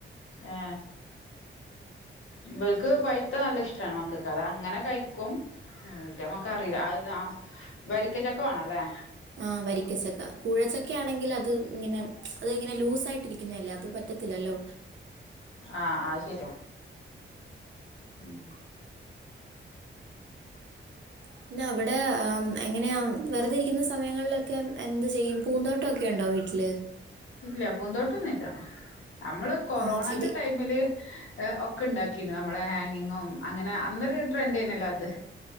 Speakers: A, on the left; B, on the right.
A: ഏ ഇവൽക്ക് പൈത്ത നല്ലഷ്ടാണ് മക്കക്ക് അതങ്ങനെ കഴിക്കും ആ ഇതമ്മക്കറില്ല അത് ആ വരിക്ക ചക്കവാണല്ലേ
B: ആ വരിക്കച്ചക്ക കൂഴച്ചക്കാണെങ്കില് അത് ങ്ങനെ അത്ങ്ങനെ ലൂസായിട്ടിരി ക്ക്ന്നല്ലേ അത് പറ്റത്തില്ലല്ലോ
A: ആ ആ അത് ശെരിയാ ഉം
B: പിന്നവടെ ആം എങ്ങന്യാ വെറുതെ ഇരിക്കുന്ന സമയങ്ങളിലൊക്കെ എന്ത് ചെയ്യും പൂന്തോട്ടൊക്കെ ഉണ്ടോ വീട്ടില്
A: ഇല്ല പൂന്തോട്ടൊന്നുമില്ല നമ്മള് കൊറോണന്റെ
B: ആഹ് ചെടി
A: ടൈമില് ഒക്കെ ഉണ്ടാക്കീന്നു നമ്മളെ ഹാങ്ങിങ്ങും അങ്ങനെ അന്നൊരു ട്രെൻഡാനല്ലോ അത്